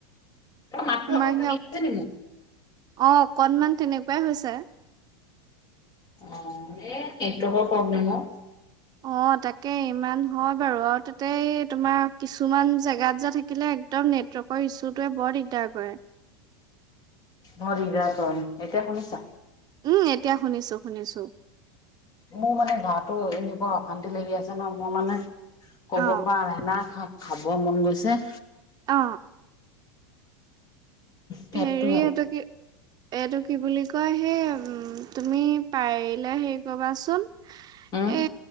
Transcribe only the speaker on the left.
মাত
আকৌ
<unintelligible>
অ এ নেটৱৰ্কৰ প্ৰব্লেম অ।
ভৰ দিগদাৰ কয়, এতিয়া শুনিছা?
মোৰ মানে গাটো এনেকুৱা অশান্তি লাগি আছে ন। মই মানে ক'ব
পৰা নাই, না খাব খাব মন গৈছে।
পেটটো
উম